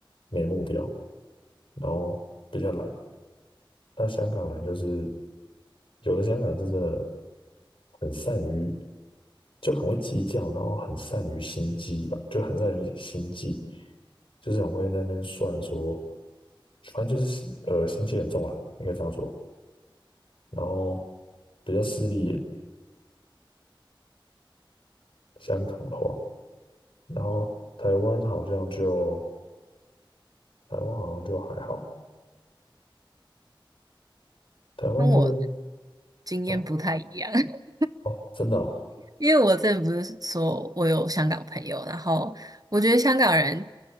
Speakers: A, on the left; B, on the right.
A: 没目标，然后比较懒。那香港人就是有的香港人是真的很善于，就很会计较，然后很善于心机吧，就很善于心计，就是很会在那边算说，反正就是呃心机很重啦，应该这样说。然后比较势利眼，香港的话，然后台湾好像就台湾好像就还好，台湾应该就
B: 跟我经验不太一样。
A: 哦
B: <laughs>
A: 哦真的哦
B: 因为我之前不是说我有香港朋友，然后我觉得香港人